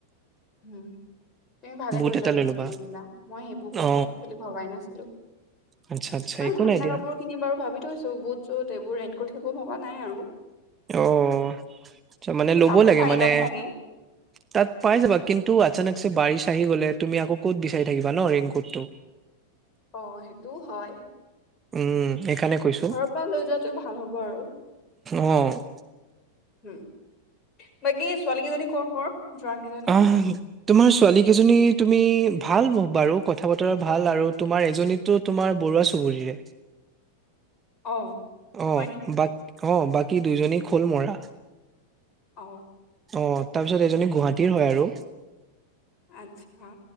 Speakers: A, on the left; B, on the right.
A: উম। তুমি ভালে
B: বুট
A: কৰিলা
B: এটা
A: মোক
B: লৈ
A: জনাই
B: ল'বা
A: দিলা। মই সেইবোৰ কথা
B: অ
A: একচলি ভবাই নাছিলো,
B: আচ্ছা আচ্ছা
A: মানে
B: একো
A: ঠাণ্ডা
B: নাই দিয়া
A: কাপোৰ খিনি বাৰু ভাবি থৈছো বুট চুট এইবোৰ ৰেইনকোট সেইবোৰ ভবা নাই আৰু।
B: অ'। আচ্ছা মানে ল'ব
A: তাতো
B: লাগে
A: পাই
B: মানে
A: যাম চাগে
B: তাত পাই যাবা কিন্তু অচানক যে বাৰিচ আহি গ'লে তুমি আকৌ ক'ত বিচাৰি থাকিবা ন ৰেইনকোটটো।
A: অ সেইটোও হয়।
B: উম। সেইকাৰণে কৈছো।
A: ঘৰৰ পৰা লৈ যোৱাটোৱে ভাল হ'ব আৰু
B: অ'।
A: হুম। বাকী ছোৱালী কেইজনী কৰ কৰ? যোৱা কেইজনী
B: অ' তোমাৰ ছোৱালী কেইজনী তুমি ভাল ব - বাৰু কথা বতৰা ভাল আৰু তোমাৰ এজনীতো তোমাৰ বৰুৱা চুবুৰীৰে।
A: অ'
B: অ
A: হয় নেকি
B: বাট অ' বাকী দুইজনী খোল মৰা।
A: অ
B: অ' তাৰ পিছত এজনী গুৱাহাটীৰ হয় আৰু
A: আচ্ছা।